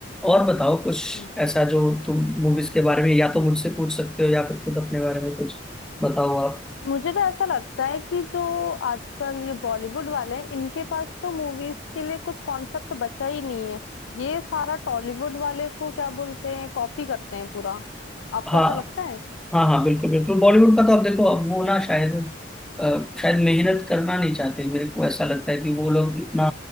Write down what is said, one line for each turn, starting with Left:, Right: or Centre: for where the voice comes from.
Centre: और बताओ कुछ
Left: हम्म।
Centre: ऐसा जो तुम मूवीज के बारे में या तो मुझसे पूछ सकते हो या फिर खुद अपने बारे में कुछ बताओ आप
Left: मुझे तो ऐसा लगता है कि जो आजकल ये बॉलीवुड वाले हैं इनके पास तो मूवीज के लिए कुछ कॉन्सेप्ट बचा ही नहीं है ये सारा टॉलीवुड वाले को क्या बोलते हैं कॉपी करते हैं पूरा आपको
Centre: हाँ
Left: ऐसा लगता है
Centre: हाँ हाँ बिल्कुल बिल्कुल बॉलीवुड का तो अब देखो अब वो ना शायद अ, शायद मेहनत करना नहीं चाहते मेरे को ऐसा लगता है कि वो लोग इतना